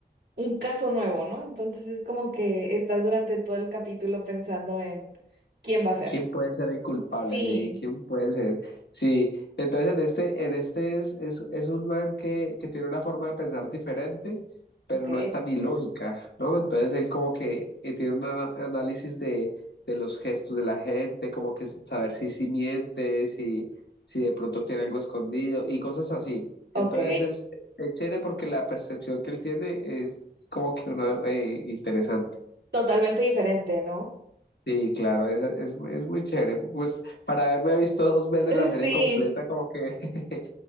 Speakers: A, on the right (about 80°); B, on the left (about 80°).
A: un caso nuevo, ¿no? Entonces es como que estás durante todo el capítulo pensando en quién va a ser.
B: ¿Quién puede ser el culpable?
A: Sí,
B: Sí, ¿quién puede ser? Sí, entonces en este, en este es, es, es un man que, que tiene una forma de pensar diferente, pero
A: ok,
B: no es tan ilógica, ¿no? Entonces él como que eh, tiene un ana- análisis de, de los gestos de la gente, como que saber si, si miente, si, si de pronto tiene algo escondido y cosas así.
A: ok.
B: Entonces es, es chévere porque la percepción que él tiene es como que uno eh, interesante.
A: Totalmente diferente, ¿no?
B: Sí, claro, es, es, es muy chévere. Pues para haberme visto dos veces
A: <laughs>
B: la serie
A: Sí.
B: completa, como que <laughs>